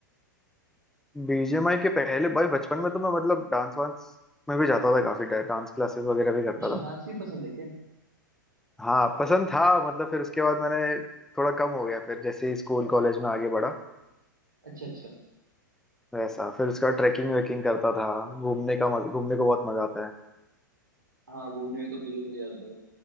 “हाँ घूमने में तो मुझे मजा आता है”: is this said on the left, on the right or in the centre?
Right